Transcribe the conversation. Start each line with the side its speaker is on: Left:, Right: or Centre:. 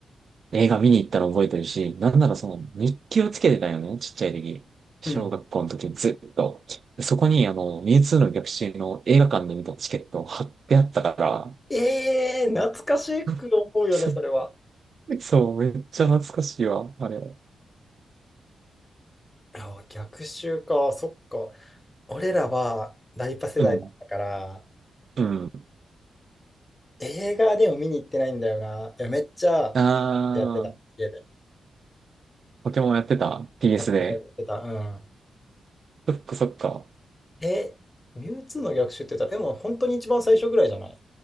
Right: う映画見に行ったの覚えてるし、なんならその日記をつけてたよね、ちっちゃい時。
Left: うん。
Right: 小学校の時ずっと。そこにあの、ミュウツーの逆襲の映画館で見たチケットを貼ってあったから、
Left: ええー懐かしく思うよね、
Right: <laughs> そ
Left: それは。
Right: そう、めっちゃ懐かしいわ、あれ。
Left: あ、逆襲か、そっか。俺らはライパ世代だったから、
Right: うん。うん
Left: 映画でも見に行ってないんだよな。でもめっちゃ
Right: あ
Left: やってた、
Right: ー、
Left: 家で。
Right: ポケモンやってた ?PS
Left: やってた、
Right: で。
Left: やってた。うん。
Right: そっかそっか。
Left: え、ミュウツーの逆襲って言ったら、でも本当に一番最初ぐらいじゃない